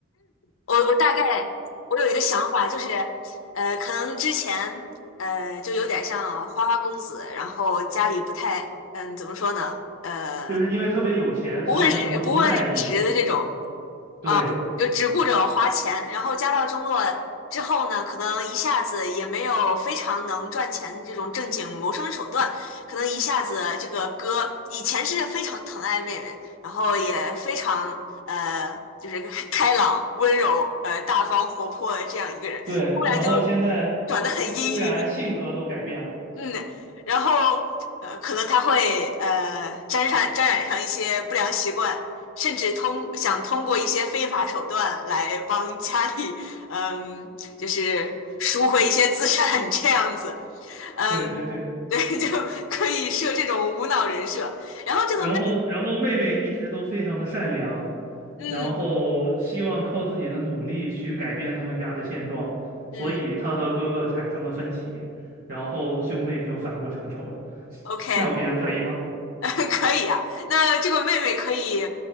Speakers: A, on the left; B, on the right.
A: 我我大概我有一个想法，就是呃，可能之前呃就有点像花花公子，然后家里不太嗯怎么说呢？呃，
B: 就是因为特别有钱，
A: 不问世不问世事的这种。
B: 所以他什么都不在意。对，
A: 啊，就只顾着花钱，然后家道中落之后呢，可能一下子也没有非常能赚钱的这种正经谋生手段，可能一下子这个哥以前是非常疼爱妹妹，然后也非常呃就是开朗、温柔、呃大方、活泼的这样一个人，
B: 对，
A: 突然就
B: 然后现在
A: 转得很阴郁，
B: 忽然性格都改变了，
A: 嗯，然后呃，可能他会呃沾上沾染上一些不良习惯，甚至通想通过一些非法手段来帮家里，嗯，就是赎回一些资产这样子，嗯，
B: 对对对，
A: 对，就可以设这种无脑人设。然后这个妹，
B: 然后然后妹妹一直都非常的善良，
A: 嗯
B: 然后希望靠自己的努力去改变他们家的现状，
A: 嗯
B: 所以她和哥哥产生了分歧，然后兄妹就反目成仇了，<laughs>
A: ，OK，
B: 这样别人可以吗？
A: <laughs> 可以啊。那这个妹妹可以，